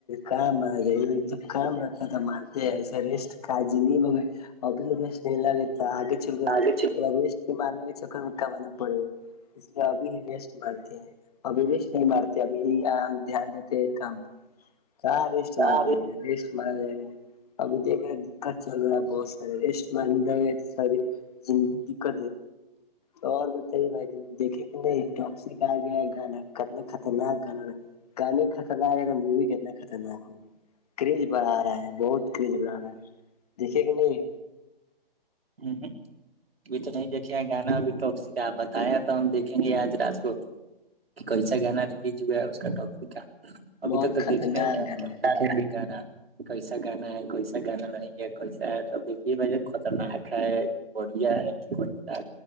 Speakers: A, on the left; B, on the right.
A: کام آ گ جب کام رہتا تو مارتے ہیں ایسے ریسٹ کاج نہیں گئی اورب ریسٹ نہیں لگےتا آگے چل
B: آگے
A: ریس کے مارنے کے چکر میں کمانا پڑے گا اس لیے ابھی ہی ریسٹ مارتے ہیں ابھی ریسٹ نہیں مارتے ابھی ہم دھیان دیتے ہیں کم کہ ریسٹ مارا
B: ابھی
A: جائے گا ریسٹ مارا جائے گا اب دیک چل رہا بہت سار ریسٹ مار ساری دکھ تو اور بتائیے بھائی دیکھیں نہیں ٹکسک آ گیا ہے گانا کرنا خطرناک گانا گانے خطرناک ہے وہ بھی کہتنا خطرناک ہوا کریز بڑھا رہا ہے بہت کریز بڑا رہا ہے دیکھے کہ نہیں
B: جوں اب تو نہیں دیکھے گانا اب ٹپس کاپ بتایا تو ہم دیکھیں گے آج را گوٹ کہ کیسا گانا ریلیز ہوا ہے اس کا ٹاپک کیا ابھی
A: بہت
B: توک تو
A: خطرناک
B: دیکھنا ار
A: گانا ہے
B: گانا کیسا گانا ہے کیسا گانا نہیں ہے کیسا ہے تو دیکھیے بھائی خطرناک ہے ہے بڑیا ہے بڑیا